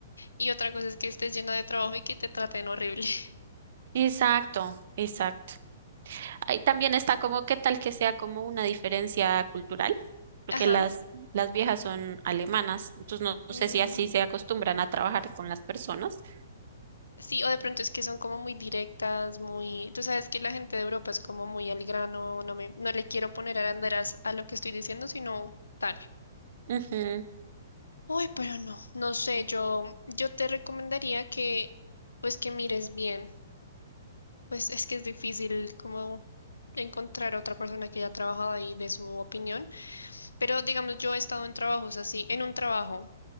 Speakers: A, on the left (about 80°); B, on the right (about 55°).
A: y otra cosa es que estés llena de trabajo y que te traten horrible. <laughs>
B: Exacto, exacto. Ahí también está como qué tal que sea como una diferencia cultural, porque
A: Ajá.
B: las, las viejas son alemanas, entonces no, no
A: mm,
B: sé si así se acostumbran a trabajar con las personas.
A: sí, o de pronto es que son como muy directas, muy... Tú sabes que la gente de Europa es como muy al grano, no me, no le quiero poner aranderas a lo que estoy diciendo, sino tal.
B: Ujú,
A: Uy, pero no, no sé, yo, yo te recomendaría que, pues que mires bien. Pues es que es difícil como encontrar a otra persona que haya trabajado ahí de su opinión, pero digamos, yo he estado en trabajos así, en un trabajo